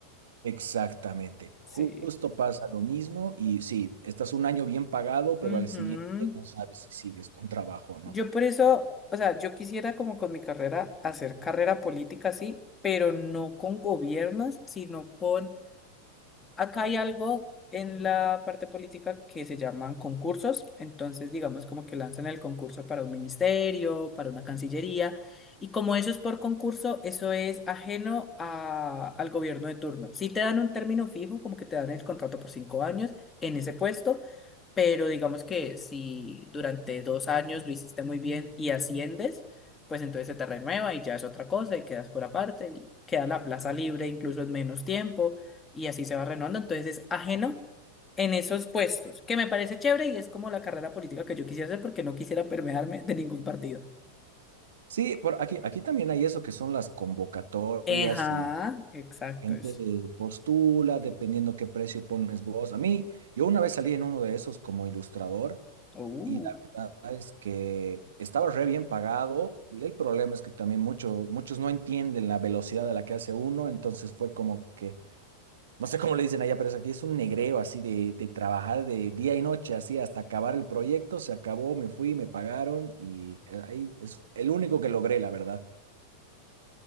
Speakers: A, on the right; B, on the left.
A: Exactamente. Justo
B: Sí.
A: pasa lo mismo y sí, estás un año bien pagado, pero
B: Ujú.
A: al siguiente no sabes si sigues con trabajo o no.
B: Yo por eso, o sea, yo quisiera como con mi carrera hacer carrera política, sí, pero no con gobiernos, sino con Acá hay algo en la parte política que se llaman concursos, entonces digamos como que lanzan el concurso para un ministerio, para una cancillería, y como eso es por concurso, eso es ajeno a- al gobierno de turno. Si te dan un término fijo, como que te dan el contrato por cinco años en ese puesto, pero digamos que si durante dos años lo hiciste muy bien y asciendes, pues entonces se te renueva y ya es otra cosa y quedas por aparte y queda la plaza libre incluso en menos tiempo y así se va renovando. Entonces es ajeno en esos puestos, que me parece chévere y es como la carrera política que yo quisiera hacer porque no quisiera permearme de ningún partido.
A: Sí, por aquí, aquí también hay eso que son las convocatorias
B: Ajá,
A: y
B: exacto
A: gente
B: eso.
A: postula dependiendo qué precio pones vos. A mí, yo una vez salí en uno de esos como ilustrador
B: Uh,
A: y la verdad es que estaba re bien pagado. El problema es que también mucho- muchos no entienden la velocidad a la que hace uno, entonces fue como que No sé cómo le dicen allá, pero es aquí es un negreo así de, de trabajar de día y noche, así hasta acabar el proyecto. Se acabó, me fui, me pagaron y eh, ahí es el único que logré, la verdad.